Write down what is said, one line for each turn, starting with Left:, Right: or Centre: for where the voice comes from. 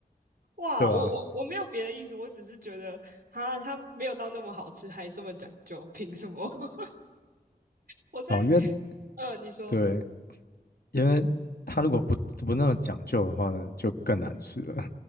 Right: 哇，
Left: 对啊，
Right: 我我我没有别的意思，我只是觉得哈，它没有到那么好吃，还这么讲究，凭什么？<laughs> 我在
Left: 哦，因为
Right: 呃，你说
Left: 对因为它如果不不那么讲究的话呢，就更难吃了。